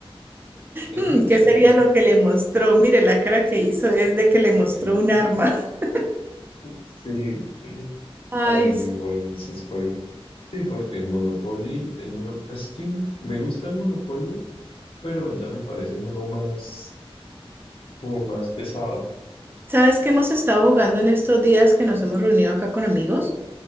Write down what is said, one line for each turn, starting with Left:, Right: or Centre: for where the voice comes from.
Left: <laughs> Es
Right: Mm,
Left: muy chévere.
Right: ¿Qué sería lo que le mostró? Mire, la cara que hizo es de que le mostró
Left: Sí,
Right: un arma. <laughs>
Left: sí,
Right: Ay,
Left: ah, es muy bueno esos juegos. Sí, porque el Monopoly, el mono, es que me, me gusta el Monopolio, pero ya me parece un juego más, como más pesado.
Right: ¿sabes qué hemos estado jugando en estos días que nos hemos reunido acá con amigos?